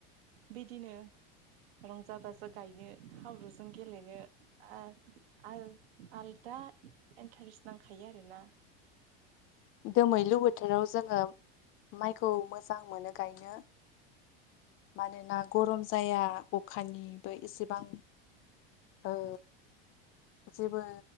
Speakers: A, on the right (about 80°); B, on the left (about 45°).
A: बिदिनो रंजा बाजा गायनो हाब्रुजों गेलेनो आ आ आलदा इन्टारेस्ट नांखायो आरोना।
B: दोमैलु बोथोराव जोङो माइखौ मोजां मोनो गायनो मानोना गरम जाया अखानिबो एसेबां ओ जेबो